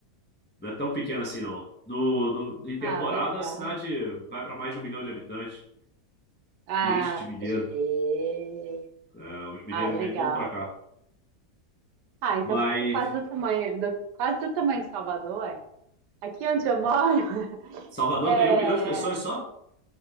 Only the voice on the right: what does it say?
Ah, legal.
Ah,
fica
cheio.
Ah, legal.
Ah, então
fica quase do tamanho, do- quase do tamanho de Salvador, ué. Aqui onde eu moro, <laughs>
é,